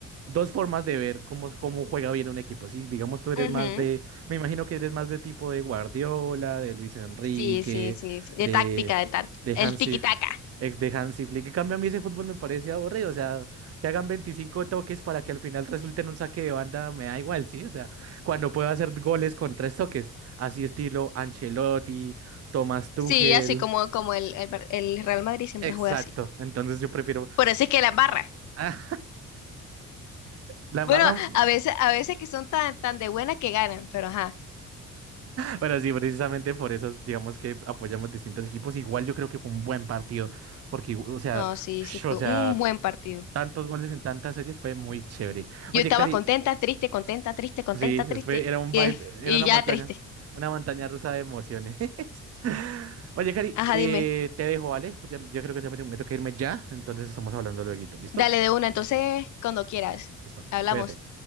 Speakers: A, on the right (about 50°); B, on the left (about 70°).
A: dos formas de ver cómo, cómo juega bien un equipo. Si, digamos, tú eres
B: Ujú.
A: más de, me imagino que eres más de tipo de Guardiola, de Luis Enrique,
B: Sí, sí, sí, sí. De
A: de,
B: táctica, de táctica.
A: de
B: El
A: Hansi,
B: tiki-taka.
A: ex de Hansi Flick. En cambio, a mí ese fútbol me parece aburrido. O sea, que hagan 25 toques para que al final resulte en un saque de banda, me da igual, ¿sí? O sea, cuando puedo hacer goles con tres toques, así estilo Ancelotti, Thomas Tuchel.
B: Sí, así como, como el, el, Bar- el
A: e-
B: Real Madrid siempre
A: Exacto,
B: juega así.
A: entonces yo prefiero.
B: Por eso es que las barras.
A: Ah, la embarramos.
B: Bueno, a veces, a veces que son tan, tan de buena que ganan, pero ajá.
A: Bueno, sí, precisamente por eso, digamos que apoyamos distintos equipos. Igual yo creo que fue un buen partido, porque, o sea,
B: No, sí,
A: <sniffs>
B: sí, fue
A: o sea,
B: un buen partido.
A: tantos goles en tantas series fue muy chévere.
B: Yo
A: Oye,
B: estaba
A: Cari,
B: contenta, triste, contenta, triste, contenta,
A: sí,
B: triste.
A: fue, era un
B: Y,
A: vibe,
B: y
A: era una
B: ya
A: montaña,
B: triste.
A: una montaña rusa de emociones. <laughs> Oye, Cari,
B: Ajá,
A: eh,
B: dime.
A: te dejo, ¿vale? Porque ya- Yo creo que ya me, me toca irme ya, entonces estamos hablando luego, ¿listo?
B: Dale de una, entonces, cuando quieras.
A: Listo,
B: Hablamos.
A: cuídate.